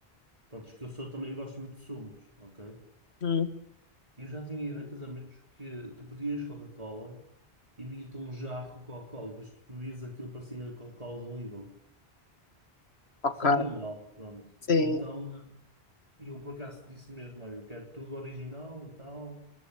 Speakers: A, on the right; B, on the left.
A: Pronto, que eu sou também, eu gosto muito de sumos, ok?
B: hum,
A: Eu já tinha ido a casamentos que tu pedias Coca-Cola e vinha-te um jarro de Coca-Cola e depois tu bebias aquilo parecia Coca-Cola do Lidl.
B: ok.
A: Sabia mal, pronto.
B: Sim.
A: Então eu por acaso disse mesmo, olha, eu quero tudo original e tal,